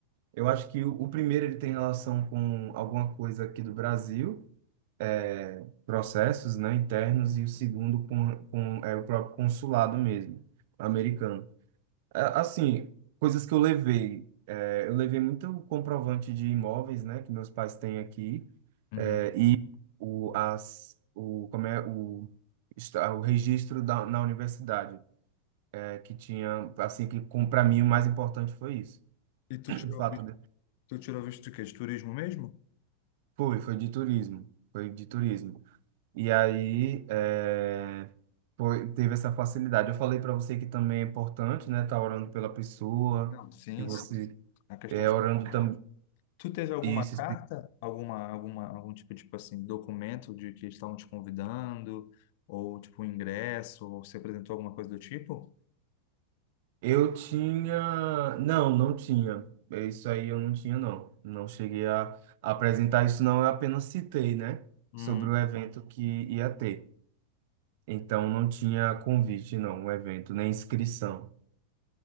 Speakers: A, on the right (about 50°); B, on the left (about 50°).
A: Eu acho que o, o primeiro ele tem relação com alguma coisa aqui do Brasil, é, processos, né, internos, e o segundo com, com é, o próprio consulado mesmo, americano. A- Assim, coisas que eu levei. É, eu levei muito comprovante de imóveis, né, que meus pais têm aqui.
B: uhum.
A: É, e o, as, o, como é, o, está- o registro da, na universidade, é, que tinha, assim, que para mim o mais importante foi isso.
B: E tu
A: O
B: tirou,
A: fato
B: visto-
A: de,
B: tu tirou visto de quê? De turismo mesmo?
A: foi, foi de turismo, foi de turismo. E aí, é, foi, teve essa facilidade. Eu falei para você que também é importante, né, estar tá orando pela pessoa,
B: Não, sim,
A: que você
B: sim. A questão
A: é
B: espiritual.
A: orando também,
B: Tu teve alguma
A: isso,
B: carta, alguma, alguma, algum tipo, tipo assim, documento de que estavam te convidando, ou tipo um ingresso, ou se apresentou alguma coisa do tipo?
A: Eu tinha. Não, não tinha. É Isso aí eu não tinha, não. Não cheguei a a apresentar isso, não. Eu apenas citei, né?
B: Hum,
A: Sobre o evento que ia ter. Então não tinha convite, não, o evento, nem inscrição.